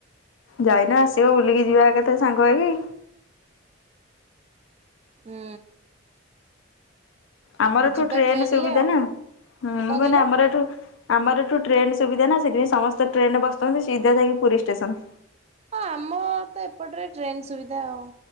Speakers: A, on the left; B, on the right.
A: ଯାଇନ ଆସିବ ବୁଲିକି ଯିବା କେଥେରେ ସାଙ୍ଗ ହେଇ।
B: ହୁଁ।
A: ଆମର
B: ଓ
A: ଏଠୁ
B: ଯିବା
A: ଟ୍ରେନ
B: ଟ୍ରେନରେ
A: ସୁବିଧା
B: ଆଉ
A: ନା, ହୁଁ
B: କଣ
A: ମୁଁ
B: କହିଲ?
A: କହିଲି ଆମର ଏଠୁ ଆମର ଏଠୁ ଟ୍ରେନ ସୁବିଧା ନା ସେଥିପାଇଁ ସମସ୍ତେ ଟ୍ରେନ ବସଥାନ୍ତି ସିଧା ଯାଇକି ପୁରୀ ଷ୍ଟେସନ।
B: ହଁ ଆମର ତ ଏପଟରେ ଟ୍ରେନ ସୁବିଧା ଆଉ।